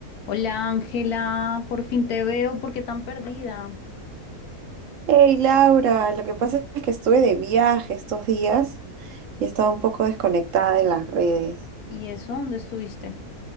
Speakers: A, on the left; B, on the right.
A: Hola Ángela, por fin te veo, ¿por qué tan perdida?
B: Hey Laura, lo que pasa es que estuve de viaje estos días y estaba un poco desconectada de las redes.
A: ¿Y eso? ¿Dónde estuviste?